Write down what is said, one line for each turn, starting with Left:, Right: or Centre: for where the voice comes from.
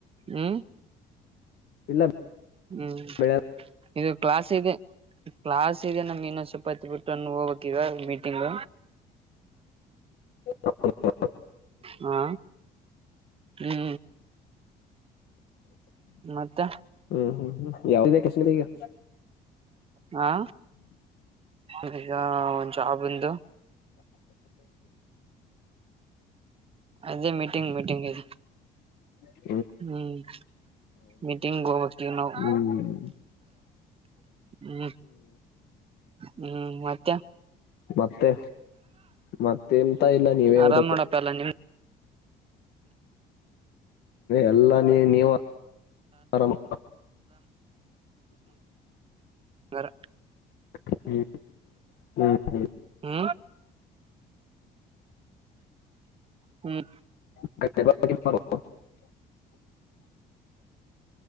Right: ಹ್ಮ
Left: ಇಲ್ಲ
Right: ಹ್ಮ್
Left: ಬೆಳೆ
Right: ಇದು ಕ್ಲಾಸ್ ಇದೆ ಕ್ಲಾಸ್ ಇದೆ ನಮ ಇನ್ನೊ ಚಪಾತ್ ಬಿಟ್ಟ ಹೋಗಕ್ ಈಗ ತಿಂಗ
Left: ಹೌ
Right: ಹಾ ಹ್ಮ್ ಮತ್ತೆ
Left: ಹ್ಮ್ ಹ್ಮ ಹ್ಮ್ ಯಾವ್ದಿದೆ ಕೃಷ್ಣಗ
Right: ಹಾ ಇದ ಒಂದು್ ಜಾಬ್ಂದು ಅದೇ ಮೀಟಿಂಗ್ ಮೀಟಿಂಗ್ ಅಜ
Left: ಹ
Right: ಹ್ಮ್ ಮೀಟಿಂಗ್ ಹೋಗಕವ ನಾವು
Left: ಹ್ಮ್
Right: ಹ್ಮ್ ಹ್ಮ್ ಮತ್ತೆ
Left: ಮತ್ತೆ ಮತ್ತೆ ಎಂತ ಇಲ್ಲ ನೀವೇ ಹೇಳ್ಬೇಕು
Right: ಆರಾಮ್ ನೋಡಪ್ಪ ಎಲ್ಲ ನಿಮ್
Left: ಎಲ್ಲಾ ನೀ ನೀವು ಆರಾಮ
Right: ಹರ
Left: ಹ್ಮ ಹ್ಮ್ ಹ್ಮ
Right: ಹ್ಮ ಹ್ಮ
Left: ಮಾಡ